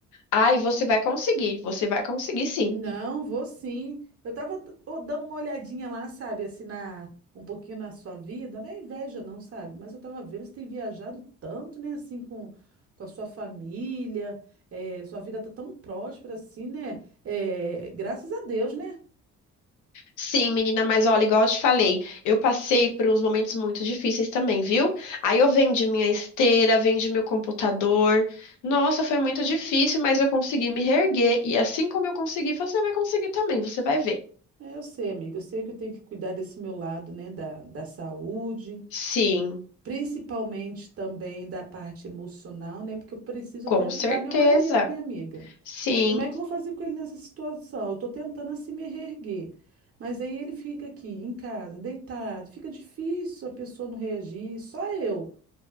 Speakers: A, on the left (about 80°); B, on the right (about 50°).
A: Ai, você vai conseguir, você vai conseguir sim.
B: Não, vou sim. Eu tava d- ô, dando uma olhadinha lá, sabe, assim, na, um pouquinho na sua vida, não é inveja não, sabe? Mas eu tava vendo, você tem viajado tanto, né, assim, com, com a sua família, é, sua vida tá tão próspera assim, né? É, graças a Deus, né?
A: Sim, menina, mas olha, igual eu te falei, eu passei por uns momentos muito difíceis também, viu? Aí eu vendi minha esteira, vendi meu computador. Nossa, foi muito difícil, mas eu consegui me reerguer. E assim como eu consegui, você vai conseguir também, você vai ver.
B: É, eu sei, amiga, eu sei que eu tenho que cuidar desse meu lado, né, da, da saúde,
A: Sim,
B: principalmente também da parte emocional, né, porque eu preciso
A: com
B: até ajudar
A: certeza.
B: meu marido, né, amiga?
A: Sim,
B: Como é que eu vou fazer com ele nessa situação? Eu tô tentando assim me reerguer. Mas aí ele fica aqui em casa, deitado. Fica difícil a pessoa não reagir, só eu.